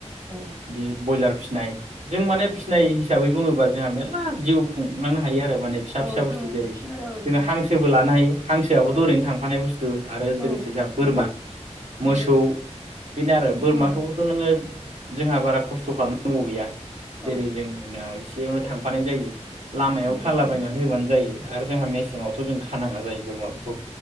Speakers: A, on the right (about 25°); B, on the right (about 85°).
A: औ
B: बे बयलार फिनाय जों माने
A: औ
B: फिनाय हिसाबै बुंङोबाज जोंहा मेर्ला जिउ खुंलांनो हायो आरो माने फिसा
A: औ
B: फिसा
A: जों
B: बुस्थु जेरै
A: फिनाय औ
B: जोङो
A: जों
B: हांसोबो लानो हायो हांसोआबो
A: औ
B: ओरैनो थांफानाय बुस्थ थु आरो लोगोसे
A: औ
B: जोहा बोरमा
A: नंगौ
B: मोसौ
A: नंगौ
B: बेनो आरो
A: नंगौ
B: बोरमाखौबोथ'
A: नोंथां
B: नोङो जोंहा बारा खस्थ' खालामनांगौ गैया जेरै
A: औ
B: जोंनास बेयावनो थांफानाय जायो। लामायाव
A: नंगौ
B: थालाबायनानै
A: नोंथां
B: होबानो जायो। आरो जोंहा मेसेंआवथ' जों खानाङा जायो बोरमाफोरखौ।